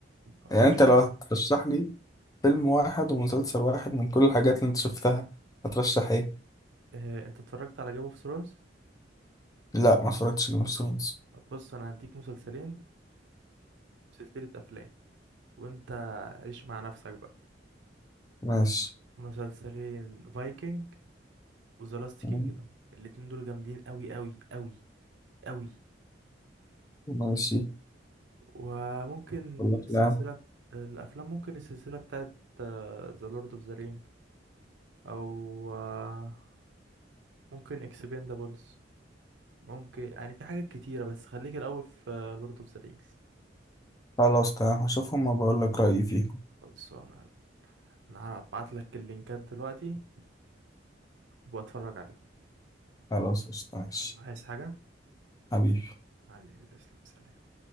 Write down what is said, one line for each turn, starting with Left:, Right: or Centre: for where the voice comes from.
Right: اه
Left: يعني انت
Right: شوية
Left: لو هترشح لي فيلم واحد ومسلسل واحد من كل الحاجات اللي انت شفتها هترشح ايه
Right: اه انت اتفرجت على جيم اوف ثرونز
Left: لا ما اتفرجتش جيم اوف ثرونز
Right: طب بص انا هديك مسلسلين سلسلة افلام وانت عيش مع نفسك بقى
Left: ماشي
Right: مسلسلين فايكنج وذا لاست
Left: مم.
Right: كينجدم الاتنين دول جامدين قوي قوي قوي قوي
Left: ماشي
Right: وممكن
Left: اقول لك
Right: السلسلة
Left: لا
Right: الأفلام ممكن السلسلة بتاعت ذا لورد اوف ذا رينج أو آه، ممكن اكسبندابلز ممكن يعني في حاجات كتيرة بس خليك الأول في لورد اوف ذا رينجز
Left: خلاص تمام هشوفهم وبقول لك رأيي فيهم
Right: خلاص أنا أنا هبعت لك اللينكات دلوقتي وأتفرج عليهم
Left: خلاص قشطة، ماشي
Right: يلا عايز حاجة
Left: حبيبي
Right: حبيبي تسلم سلام